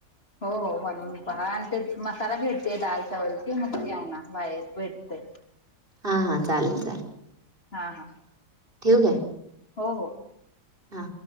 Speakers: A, on the left; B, on the right.
A: हो हो बनवून पहा आणि ते मसाला भेटतय दाल चावल च मग ते आना बाहेर भेटतय.
B: हा हा चालेल चालेल.
A: हा हा
B: ठेवू काय
A: हो हो.
B: हा.